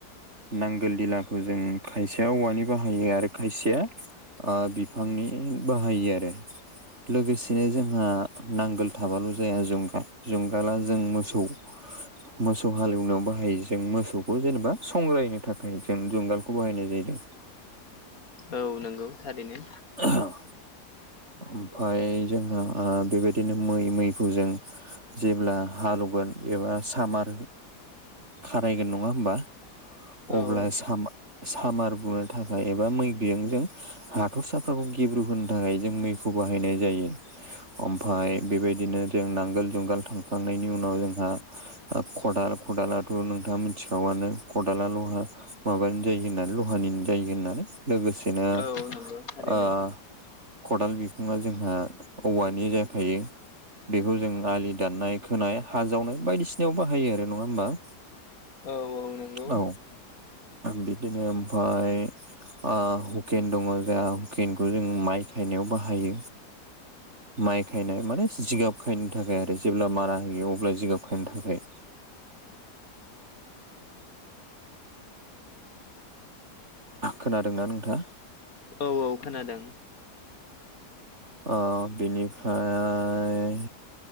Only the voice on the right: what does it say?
नांगोल दिलाखौ जों खायसेया औवानि बाहायो आरो खायसेया ओ बिफांनि बाहायो आरो। लोगोसेनो जोंहा नांगोल थाबाल' जोंहा जुंगाल जुंगाला जों मोसौ मोसौ हाले एवनायाव बाहायो जों मोसौखौ जेनेबा संग्रायनो थाखाय जों जुंगालखौ बाहायनाय जायो।
औ ओमफाय जोंहा बेबायदिनो मै मैखौ जों जेब्ला हालेवगोन एबा सामार खारायगोन नङा होमबा अब्ला
सामा सामार बुनो थाखाय एबा मै बियुंजों हाथरसाफ्राखौ गेब्रु होनो थाखाय जों मैखौ बाहायनाय जायो। ओमफाय बेबायदिनो जों नांगोल जुंगाल थांखांनायनि उनाव जोंहा ओ खदाल खदलाथ' नोंथाङा मिथिखागौयानो खदाला ल'हा माबानो जायो होननानै लहानि जायो होननानै लोगोसेनो
ओ खदाल बिखुङा जोंहा औवानि जाखायो बेखौ जों आलि दाननाय, खोनाय, हा जावनाय बायदिसिनायाव बाहायो आरो नङा होमबा?
औ बिदिनो ओमफाय ओ हुखेन दङ' हुकेनखौ जों माइ खायनायाव बाहायो। माइ खायनाय माने जिगाब खायनो थाखाय आरो जेब्ला मारा होयो अब्ला जिगाब खायनो थाखाय। खोनादोंना नोंथाङा?
अ बिनिफ्राय